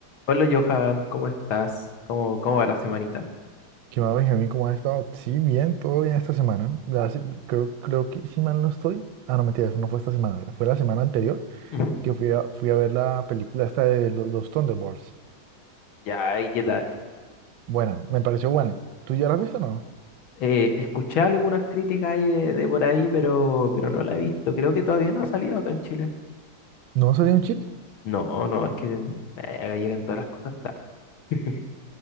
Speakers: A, on the left (about 85°); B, on the right (about 75°).
A: Hola Johan, ¿cómo estás? ¿Cómo, cómo va la semanita?
B: ¿Qué más, Benjamín? ¿Cómo has estado? Sí, bien, todo bien esta semana. La se- creo, creo que si mal no estoy. Ah, no, mentira, eso no fue esta semana. Fue la semana anterior
A: Ujú.
B: que fui a, fui a ver la película esta de lo- los, Thunderbolts.
A: Ya, ¿y qué tal?
B: Buena, me pareció buena. ¿Tú ya la has visto o no?
A: Eh, escuché algunas críticas ahí de, de por ahí, pero, pero no la he visto. Creo que todavía no ha salido acá en Chile.
B: ¿No salió en Chile?
A: No, no, es que eh, acá llegan todas las cosas tarde. <laughs>